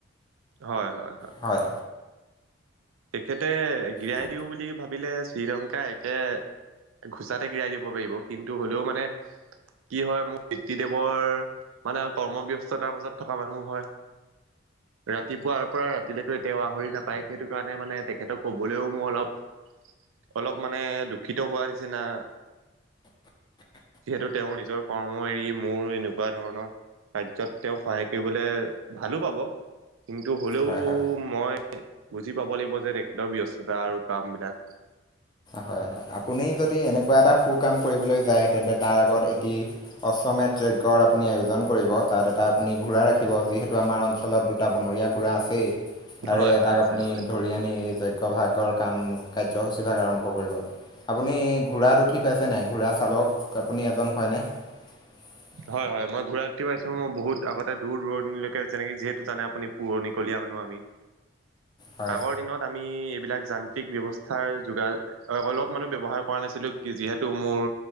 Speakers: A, on the right; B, on the left.
A: হয় হয়।
B: হয়।
A: তেখেতে গিৰাই
B: হয়
A: দিওঁ বুলি ভাবিলে শ্ৰীলংকা একে ঘোচাতে গিৰাই দিব পাৰিব, কিন্তু হ'লেও মানে কি হয় মোৰ পিতৃ দেৱৰ মানে কৰ্মব্যস্থতাৰ মাজত থকা মানুহ হয়। ৰাতিপুৱাৰ পৰা ৰাতিলৈকো এতিয়াও আহৰি নাপায় সেইটো কোৱানাই মানে তেখেতক ক'বলৈও মোৰ অলপ অলপ মানে দুখিত হোৱাৰ নিচিনা
B: <unintelligible>
A: যিহেতু তেওঁৰ নিজৰ কৰ্ম এৰি মোৰ এনেকুৱা ধৰণৰ কাৰ্যত তেওঁ সহায় কৰিবলে ভালো পাব। কিন্তু হ'লেও
B: হয় হয়।
A: মই বুজি পাব লাগিব যে তেখেতৰ ব্যস্ততা আৰু কাম বিলাক।
B: হয় হয়। আপুনি যদি এনেকুৱা এটা সু কাম কৰিবলৈ যায় তেন্তে তাৰ আগত এটি অচমেট যজ্ঞৰ আপুনি আয়োজন কৰিব তাত এটা আপুনি ঘোঁৰা ৰাখিব যিহেতু আমাৰ অঞ্চলত দুটা বনৰীয়া ঘোঁৰা আছেই। তাৰে
A: হয়
B: এটাক
A: হয় আছে
B: আপুনি
A: আছে।
B: ধৰি আনি এই যজ্ঞ ভাগৰ কাম কাৰ্যসূচীভাগ আৰম্ভ কৰে আপুনি ঘোঁৰাত উঠি পাইছেনে? ঘোঁৰা চালক আপুনি এজন হয়নে? <unintelligible>
A: হয় হয় মই ঘোঁৰাত উঠি পাইছো মই বহুত আগতে দূৰ দূৰণিলকে যেনেকে যিহেতু জানে আপুনি পুৰণিকলীয়া মানুহে আমি
B: হয়
A: আগৰ দিনত আমি বিলাক যান্ত্ৰিক ব্যৱস্থাৰ য অলপ মান ব্যৱহাৰ কৰা নাছিলো কি যিহেতু মোৰ